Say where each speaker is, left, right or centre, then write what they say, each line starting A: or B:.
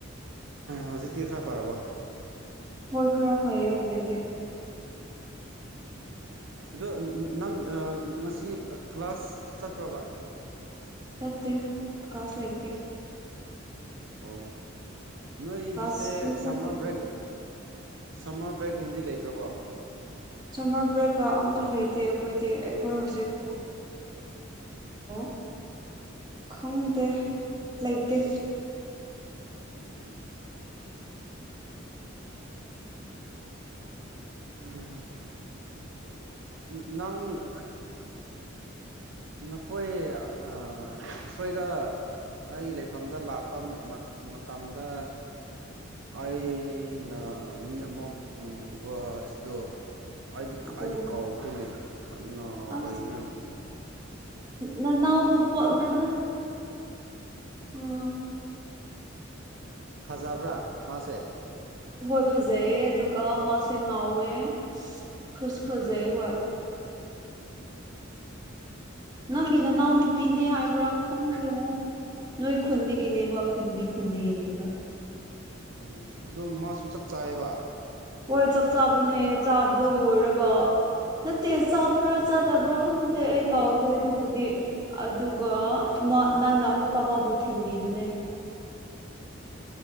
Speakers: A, on the right; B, on the right.
A: ꯍꯧꯖꯤꯛꯇꯤ ꯈꯔ ꯐꯔꯕꯣ
B: ꯍꯣꯏ ꯈꯔ ꯐꯩꯌꯦ ꯍꯧꯖꯤꯛꯇꯤ
A: ꯑꯗꯣ ꯅꯪ ꯉꯁꯤ ꯀ꯭ꯂꯥꯁ ꯆꯠꯄ꯭ꯔꯕ
B: ꯆꯠꯇꯦ ꯀꯥꯂꯁ ꯂꯩꯇꯦ
A: ꯑꯣ ꯅꯣꯏꯒꯤꯁꯦ
B: ꯀ꯭ꯂꯥꯁ ꯁꯨꯡꯆꯠ
A: ꯁꯝꯃꯔ
B: ꯆꯠꯇꯦ
A: ꯕ꯭ꯔꯦꯛ ꯁꯝꯃꯔ ꯕ꯭ꯔꯦꯛꯒꯨꯝꯗꯤ ꯂꯩꯇ꯭ꯔꯕꯣ
B: ꯁꯝꯃꯔ ꯕ꯭ꯔꯦꯛ ꯀꯥ ꯑꯝꯇ ꯂꯩꯇꯦ ꯑꯩꯈꯣꯏꯗꯤ ꯑꯩꯈꯣꯏ ꯍꯧꯖꯤꯛ <unintelligible> ꯈꯪꯗꯦ ꯂꯩꯇꯦ
A: ꯎꯝ ꯎꯝ ꯅꯪ ꯅꯈꯣꯏ ꯑꯥ ꯁꯣꯏꯗ ꯑꯩꯒꯤ ꯂꯩꯐꯝꯗ ꯂꯥꯛꯄ ꯃꯇꯝꯗ ꯑꯩꯅ ꯃꯤ ꯑꯃꯕꯨ ꯄꯨꯕꯗꯣ ꯑꯩꯗꯤ
B: ꯎꯝ
A: ꯑꯩꯗꯤ ꯀꯥꯎꯈ꯭ꯔꯦꯅꯦ ꯀꯟꯅ ꯑꯣꯏꯕꯤꯔꯝꯕ
B: ꯑꯁ ꯅꯅꯥꯎ ꯅꯨꯄꯥ ꯅꯅꯥꯎ ꯑꯥ
A: ꯐꯖꯕ꯭ꯔꯥ ꯃꯥꯁꯦ
B: ꯍꯣꯏ ꯐꯖꯩꯌꯦ ꯑꯗꯨꯒ ꯃꯥꯁꯦ ꯉꯥꯎꯋꯦ ꯐꯁꯨ ꯐꯖꯩ ꯍꯣꯏ ꯅꯪꯒꯤ ꯅꯅꯥꯎ ꯅꯨꯄꯤꯅꯦ ꯍꯥꯏꯕ꯭ꯔꯥ ꯈꯪꯗꯦꯕꯣ ꯅꯣꯏ ꯈꯨꯟꯗꯒꯤꯅꯦꯕ ꯈꯨꯟꯗꯤ ꯈꯨꯟꯗꯒꯤꯅꯦꯕ
A: ꯑꯣ ꯑꯗꯨ ꯃꯥꯁꯨ ꯆꯥꯛ ꯆꯥꯏꯌꯦꯕ
B: ꯍꯣꯏ ꯆꯞ ꯆꯥꯕꯅꯦ ꯆꯥꯕ ꯂꯣꯏꯔꯒ ꯅꯠꯇꯦ ꯆꯥꯕ꯭ꯔꯥ ꯆꯥꯗꯕ꯭ꯔꯥ ꯈꯪꯗꯦ ꯑꯩ ꯀꯥꯎꯛꯈ꯭ꯔꯦ ꯑꯗꯨꯕꯨꯗꯤ ꯑꯗꯨꯒ ꯅꯪꯅ ꯑꯃꯨꯛꯀ ꯑꯃꯕꯨ ꯊꯤꯟꯕꯤꯕꯅꯦ